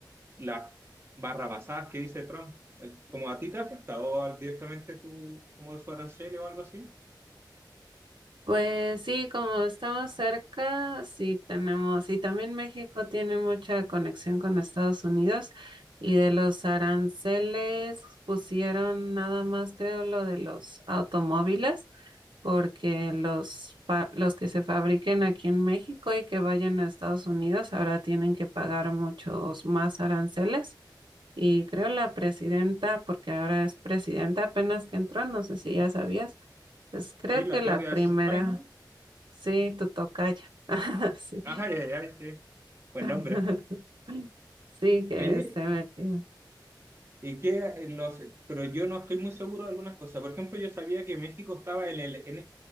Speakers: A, on the right (about 30°); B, on the right (about 85°).
A: Las barrabasadas que dice Trump, Eh, ¿como a ti te afecta o al- directamente tú, como su arancel o algo así?
B: Pues sí, como estamos cerca, sí tenemos, y también México tiene mucha conexión con Estados Unidos y de los aranceles pusieron nada más, creo, lo de los automóviles, porque los, fa- los que se fabriquen aquí en México y que vayan a Estados Unidos ahora tienen que pagar muchos más aranceles. Y creo la presidenta, porque ahora es presidenta apenas que entró, no sé si ya sabías. Pues creo
A: Sí, la
B: que la
A: Claudia
B: primera,
A: Sheinbaum.
B: Sí, tu tocaya. <laughs> Sí.
A: Ajá, ya, ya, sí. Buen
B: <laughs>
A: nombre.
B: Sí, que
A: Oye,
B: se metió.
A: y que eh, los, pero yo no estoy muy seguro de algunas cosas. Por ejemplo, yo sabía que México estaba en el N-